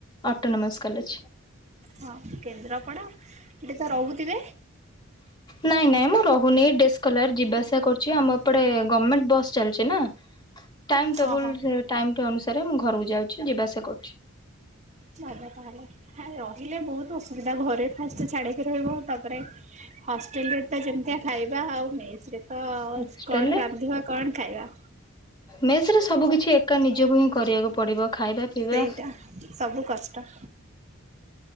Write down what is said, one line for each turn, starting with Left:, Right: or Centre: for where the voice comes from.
Left: Autonomous college.
Right: ହଁ କେନ୍ଦ୍ରାପଡ଼ା ଏଠି ତ ରହୁଥିବେ?
Left: ନାଇଁ ନାଇଁ ମୁଁ ରହୁନି ଡେସକଲାର୍ ଯିବା ଆସିବା କରୁଛି। ଆମଏପଟେ ଗମେଣ୍ଟ ବସ୍ ଚାଲିଛି ନା। ଟାଇମ୍ ଟେବୁଲ
Right: ହଁ ହଁ
Left: ଟାଇମ୍ ଅନୁସାରେ ମୁଁ ଘରକୁ ଯାଉଛି। ଯିବା ଆସିବା କରୁଛି।
Right: ଚାଲ ତାହାଲେ। ହେ ରହିଲେ ବହୁତ ଅସୁବିଧା ଘରେ ଫାଷ୍ଟ ଛାଡିକି ରହିବ। ତାପରେ ହଷ୍ଟେଲରେ ତ ଯେମିତିକା ଖାଇବା ଆଉ ମେସରେ ତ
Left: ହଷ୍ଟେଲରେ
Right: କଣ ରାନ୍ଧିବା କଣ ଖାଇବା।
Left: ମେସରେ ସବୁ କିଛି ଏକା ନିଜକୁ ହିଁ କରିବାକୁ ପଡିବ ଖାଇବା। ପିଇବା
Right: ସେଇଟା ସବୁ କଷ୍ଟ।